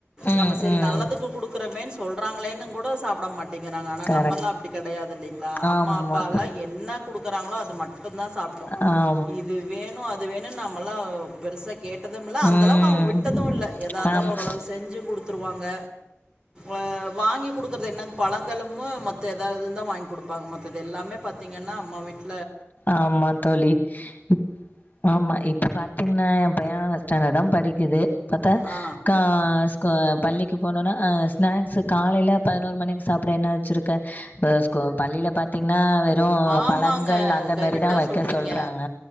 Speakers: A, on the left (about 40°); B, on the right (about 15°).
A: ம்,
B: நம்ம சரி
A: ம்.
B: நல்லதுக்கு கொடுக்குறோமேன்னு சொல்கிறாங்களேன்னு கூட சாப்ட மாட் டேங்கறாங்க ஆனா
A: கரெக்ட்.
B: நம்மல்லா அப்டி கிடையாது இல்லைங்களா அம்மா
A: ஆமா.
B: அப்பா என்ன கொடுக்குறாங்களோ அது மட்டும் தான் சாப்
A: ஆ
B: இது வேணு அது வேணும் நம்மல்லா கேட்டதும் இல்ல அந்த
A: ம்.
B: அளவுக்கு அவங்க விட்டதும் இல்ல எதா இருந்தாலும்
A: ஆமா.
B: ஓரளவு செஞ்சும் கொடுத்துருவாங்க அ வாங்கி கொடுக்கறது என்னங் பழங்களும்மு மத்த ஏதாவ்து தான் வாங்கி கொடுப்பாங்க மத்தது எல்லாமே பாத்தீங்கன்னா அம்மா வீட்டு
A: ஆமா தோழி ம் ஆமா இப்ப பா த்தீங்கன்னா என் பையன் ஃபஸ்ட் ஸ்டாண்டர்ட் தான் படிக்குது பத்தா
B: ஆ
A: கா ஸ்கூ பள்ளி க்கு போனனா ஸ்நாக்ஸ் காலையில பதினோரு மணிக்கு சாப்ட என்ன வச்சிருக்க அ ஸ்கூ பள்ளியில பாத்தீ ங்னா வெறும்
B: ஆமாங்க
A: பழங்கள் அந் ந்த
B: கரெக்டாக
A: மேரிதா வக்க
B: சொல்கிறீங்க
A: சொல்றாங்க